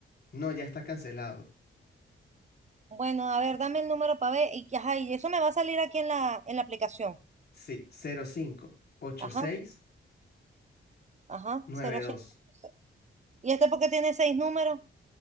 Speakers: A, on the left; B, on the right.
A: no, ya está cancelado.
B: Bueno, a ver, dame el número para ver. Y, que- ajá, y eso me va a salir aquí en la, en la aplicación.
A: Sí, 05 86
B: Ajá, ajá,
A: 92.
B: 05. ¿Y este porque tiene seis números?